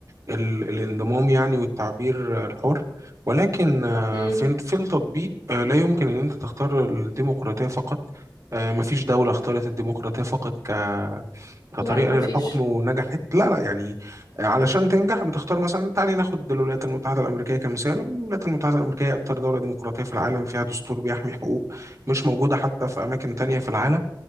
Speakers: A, on the right; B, on the left.
A: ال- الانضمام يعني والتعبير آه، الحر ولكن آه،
B: امم
A: في في التطبيق آه، لا يمكن أن أنت تختار الديمقراطية فقط آه، مفيش دولة اختارت الديمقراطية فقط ك كطريقة
B: لا ما
A: للحكم
B: فيش
A: ونجحت لا لا يعني آه، علشان تنجح بتختار مثلا تعالي ناخد الولايات المتحدة الأمريكية كمثال الولايات المتحدة الأمريكية أكتر دولة ديمقراطية في العالم فيها دستور بيحمي حقوق مش موجودة حتى في أماكن تانية في العالم